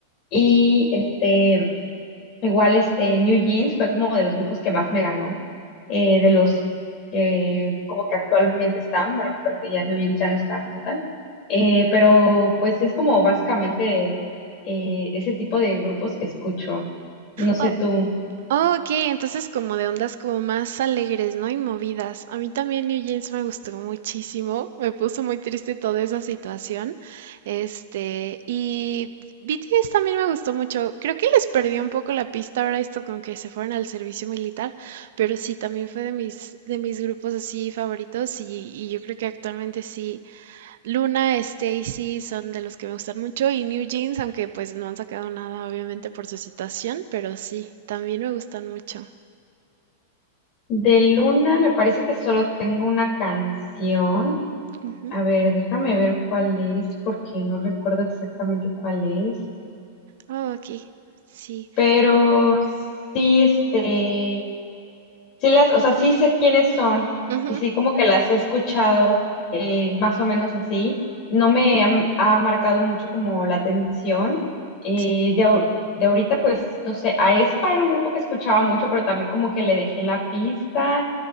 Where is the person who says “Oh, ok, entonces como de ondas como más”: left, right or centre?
Right